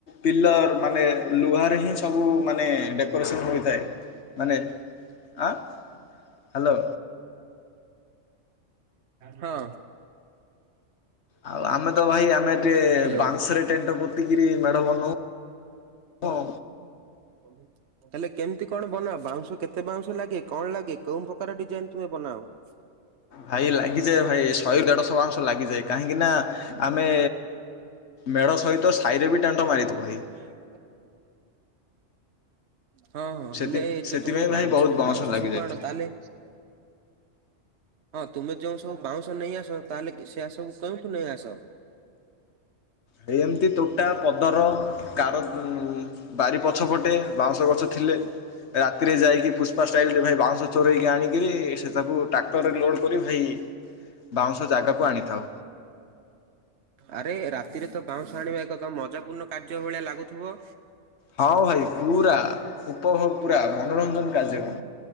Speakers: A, on the left; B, on the right.
A: ପିଲର ମାନେ ଲୁହାରେ ହିଁ ସବୁ ଡେକ ଅପୋରେସନ୍ ହୋଇଥାଏ ମାନେ ଆଁ ହ୍ୟାଲୋ
B: ହଁ।
A: ଆଉ ଆମେ ତ ଭାଇ ଆମେ ଟିକେ
B: ହ୍ୟାଲୋ।
A: ବାଂଶରେ ଟେଣ୍ଟ ପୋତିକିରି ମେଢ ବନଉ। ହଁ
B: <inaudible> ହେଲେ କେମିତି କଣ ବନାଅ ବାଉଁଶ କେତେ ବାଉଁଶ ଲାଗେ କଣ ଲାଗେ କୋଉ ପ୍ରକାର ଡିଜାଇନ ତୁମେ ବନାଅ? ଆଚ୍ଛା।
A: ଭାଇ ଲାଗିଯାଏ ଭାଇ ଶହେ ଦେଢଶହ ମାଂଶ ଲାଗିଯାଏ କାହିଁକି ନା? ଆମେ ମେଢ଼ ସହିତ ସାହିରେ ବି ଟେଣ୍ଟ ମାରିଥାଉ ଭାଇ
B: <unintelligible> ହଁ ହଁ
A: ସେଥି
B: ହେଲେ ଏ ଯୋଉ
A: ସେଥିପାଇଁ
B: ତମେ
A: ଭାଇ
B: ବାଉଂଶ
A: ବହୁତ
B: ବାଉଁଶ
A: ଲାଗିଯାଇଥାଏ।
B: ସବୁ ଆଣ ତାହେଲେ ହଁ ତୁମେ ଯୋଉ ସବୁ ବାଉଁଶ ନେଇ ଆସ ତାହେଲେ ସେଆ ସବୁ କେଉଁଠୁ ନେଇ ଆସ?
A: ଏଇ ଏମିତି ତୋଟା ପଦର କାର ବାରି ପଛ ଫଟେ ବାଉଁଶ ଗଛ ଥିଲେ। ରାତିରେ ଯାଇକି ପୁଷ୍ପା ଷ୍ଟାଇଲରେ ଭାଇ ବାଉଁଶ ଚୋରଇକି ଆଣିକରି ସେ ତାକୁ ଟ୍ରାକ୍ଟରରେ ଲୋଡ କରି ଭାଇ ବାଉଁଶ ଜାଗାକୁ ଆଣିଥାଉ।
B: ଆରେ ରାତିରେ ତ ବାଉଁଶ ଆଣିବା ଏକ ମଜା ପୂର୍ଣ୍ଣ କାର୍ଯ୍ୟ ଭଳିଆ ଲାଗୁଥିବ।
A: ହଁ ଭାଇ ପୁରା ଉପଭୋଗ ପୁରା ମନୋରଞ୍ଜନ କାର୍ଯ୍ୟକ୍ର